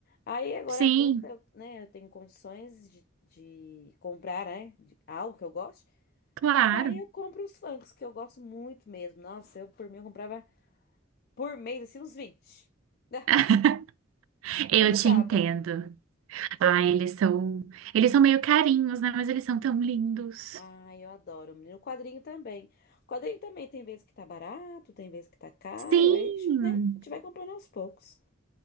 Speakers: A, on the left (about 50°); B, on the right (about 75°).
A: Aí agora
B: sim,
A: adulta, eu, né, eu tenho condições de, de comprar, né, de- algo que eu gosto.
B: claro.
A: Daí eu compro os Funkos, que eu gosto muito mesmo. Nossa, eu por mim eu comprava por mês, assim, uns vinte <laughs> Ah,
B: <laughs> Eu
A: Mas não
B: te
A: dá,
B: entendo.
A: né?
B: Ah, eles são, eles são meio carinhos, né? Mas eles são tão lindos.
A: Ai, eu adoro, menino. O quadrinho também. O quadrinho também tem vezes que tá barato, tem vezes que tá caro.
B: Sim.
A: Aí, né, a gente vai comprando aos poucos.